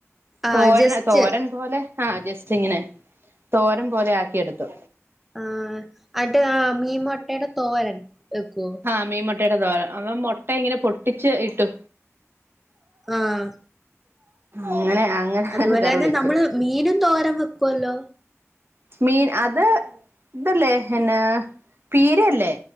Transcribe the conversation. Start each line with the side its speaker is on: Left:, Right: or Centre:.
Centre: ആഹ്
Right: തോരൻ
Centre: ജസ്റ്റ്
Right: തോരൻ പോലെ ആ ജസ്റ്റ്ങ്ങനെ തോരൻ പോലെ ആക്കിയെടുത്തു
Centre: ആ അൻട്ട് അ മീൻമൊട്ടെടെ തോരൻ വെക്കോ
Right: അ മീൻ മൊട്ടേടെ തോരൻ അത് മൊട്ട ഇങ്ങനെ പൊട്ടിച്ച് ഇട്ടു
Centre: ആ
Right: അങ്ങനെ അങ്ങനെ
Centre: അതുപോലെ
Right: കറി
Centre: തന്നെ
Right: വെച്ചു
Centre: നമ്മള് മീനും തോരൻ വെക്കുല്ലോ
Right: മീൻ അത് ഇതല്ലേ പിന്നെ പീരയല്ലേ